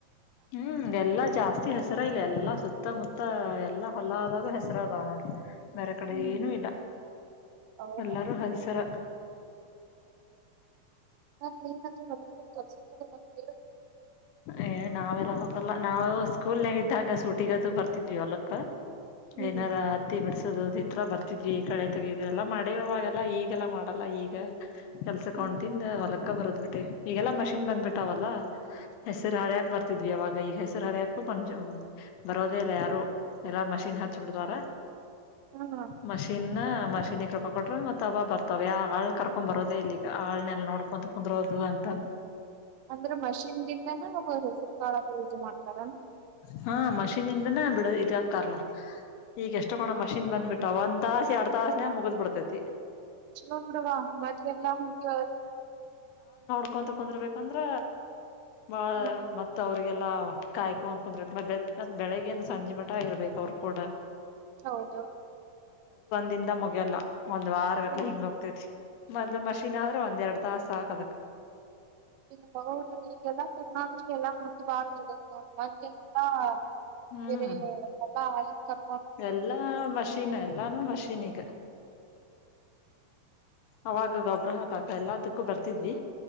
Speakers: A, on the left (about 80°); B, on the right (about 85°).
A: ಹ್ಮ್ ಎಲ್ಲಾ ಜಾಸ್ತಿ ಹೆಸರ ಇಲ್ಲ ಎಲ್ಲಾ ಸುತ್ತಮುತ್ತ ಎಲ್ಲಾ ಹೊಲ ಆದಾಗ ಹೆಸರು ಅದಾವ ನೋಡ ಬೇರೆ ಕಡೆ
B: ಹ್ಮ್
A: ಏನುೂ ಇಲ್ಲ
B: ಹೌದಾ
A: ಎಲ್ಲಾರೂ ಹದಸರ
B: ಮ ನೀನ್ಾದ್ರ ಕಸ ಕೇಳ
A: ಏ ನಾವೆಲ್ಲ ಹೋಗಲ್ಲ ನಾವು ಸ್ಕೂಲ್ ನ ಇದ್ದಾಗ ಸೂಟಿಗದು ಬರ್ತಿದ್ವಿ ಹೊಲಕ್ಕ
B: ಹ್ಮ್
A: ಏನಾರ ಹತ್ತಿ ಬಿಡ್ಸ ಇದ್ರ ಬರ್ತಿದ್ವಿ ಕಳೆ ತಗು ಎಲ್ಲ ಮಾಡ್ಯವಾಗೆಲ್ಲ ಈಗೆಲ್ಲ ಮಾಡಲ್ಲ ಈಗ ಕೆಲ್ಸ
B: ಹ್ಮ್
A: ಕೊಂಡ್ತಿಂದ ಹೊಲಕ್ ಅಕ್ಕ ಬರೋ್ ಬಿಟ್ಟೆ ಈಗೆಲ್ಲಾ ಮಷಿನ್ ಬಂದ್ಬಿಟ್ಟಾವಲ್ಲ
B: ಹ್ಮ್
A: ಹೆಸರು ಹಳ್ಯಾಗಿ ಬರ್ತ ಇದ್ವಿ ಅವಾಗ ಈಗ ಹೆಸರು ಹರಯಕು ಪಂ ಬರೋದೇ ಇಲ್ಲ ಯಾರು ಎಲ್ಲಾ ಮಷಿನ್ ಹಚ್ಚ ಬಿಿಡ್ತವಾರ
B: ಹ್ಮ್
A: ಮಷಿನ್ ಮಷೀನ್ಿಗೆ ರೊಕ್ಕ ಕೊಟ್ರ ಮತ್ತ ಅವ ಬರ್ತಾವ ಯ ಹಾಳ್ ಕರ್ಕೊಂಡ್ ಬರೋದೇ ಇಲ್ಲಿ ಆನೆೆಲ್ಲ ನೋಡ್ಕೊಂತ ಕುಂದ್ರೋದುಂತ ಂದು
B: ಅಂದ್ರೆ ಮಷಿನ್ ದಿಂದ ಸುಲ್ಕಾರ ಮಾಡತ
A: ಹಾ ಮಷೀನ್ಿಂದನ ಬಿಡ ಇದ ಹಕಾರ್ಲ್ಲ ಈಗ ಎಷ್ಟು ಕೋಣ ಮಷೀನ್ ಬಂದ್ಬಿಟ್ಟು ಅ ಒಂದ್ ತಾಸ ಎರಡ್ ತಾಸನೇ ಮುಗ್ದ್ ಬಿಡ್ತೈತಿ
B: ಚ ಬಿಡವಾ ಮೊದ್ಲೆಲ್ಲಾ ಹಂಗ
A: ಕಕೊಂತ ಕುೊಂಡಿರ್ಬೇಕಂದ್ರ ಬಾಳ
B: ಹ್ಮ್
A: ಮತ್ತ ಅವ್ರ ಪಗೆಲ ಕಾಯ್ಕು ಅಂದ್ ಕುಂದ್ರೆ ಮ ಬೆಳಿಗ್ಗೆಿಂದ ಸಂಜೆ ಮಠ ಇರ್ಬೇಕಕ್ ಅವ್ರರು ಕೂಡ
B: ಹೌದು
A: ದಿಂದ ಮುಗಿಯಲ್ಲ ಒಂದ್ ವಾರ ಗಟ್ಲೆ
B: ಹ್ಮ್
A: ಹಿಂಗ ಹೋಗ್ತೇತಿ ಮದ ಮಷಿನ್ ಆದ್ರೆ ಒಂದ್ ಎರಡ್ ತಾಸ ಹಾಕದಕ್
B: ಹ್ಮ ಹೌದು ಈಗೆಲ್ಲಾ ಟೆಕ್ನಾಲಜಿ ಎಲ್ಲ ಮು ಬಾ ಮಾಡ ಎಲ್ಲ
A: ಹ್ಮ್
B: ಬರೆ <inaudible>
A: ಎಲ್ಲಾ ಮಷೀನ್ ಎಲ್ಲಾನು ಮಷಿನ್ಗ ಅವಾಗ ಗೊಬ್ಬ್ರ ಹಾಕಾಕ ಎಲ್ಲದಕ್ಕೂ ಬರ್ತಿದ್ವಿ